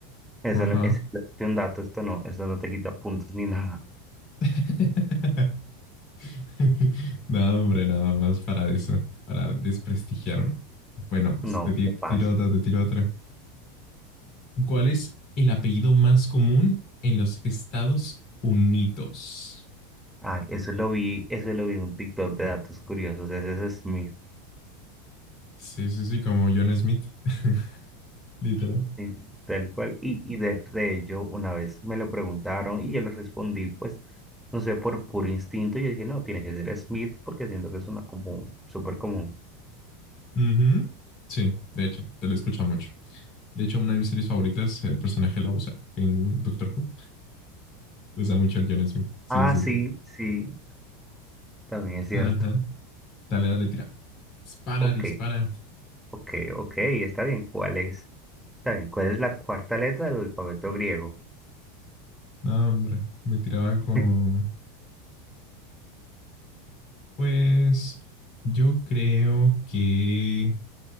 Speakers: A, in the centre; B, on the left.
A: eso
B: Ajá.
A: no- es simplemente un dato, esto no, esto no te quita puntos ni <laughs> nada.
B: <laughs> <laughs> No, hombre, nada más para eso, para desprestigiarme. Bueno, pues
A: No,
B: te, ti-
A: qué
B: te
A: pasa.
B: tiro otra, te tiro otra. ¿Cuál es el apellido más común en los Estados Unidos?
A: Ah, eso lo vi, eso lo vi en un TikTok de datos curiosos, ese es mi
B: Sí, sí, sí, como John Smith, <laughs> literal.
A: Sí, tal cual. Y, y de, de ello, una vez me lo preguntaron y yo les respondí, pues, no sé, por puro instinto, yo dije, no, tiene que ser Smith porque siento que es una común, súper común.
B: Ujú. Sí, de hecho, te lo escucho mucho. De hecho, una de mis series favoritas, el personaje la usa en Doctor Who. Usa mucho el John Smith. Sí,
A: Ah,
B: sí,
A: sí,
B: sí.
A: sí, también es cierto.
B: Ajá. Dale, dale, tira. Dispara,
A: Ok,
B: dispara.
A: ok, ok, está bien. ¿Cuál es? Está bien, ¿cuál es la cuarta letra del alfabeto griego?
B: No, hombre, me tiraba
A: <laughs>
B: con... Pues yo creo que...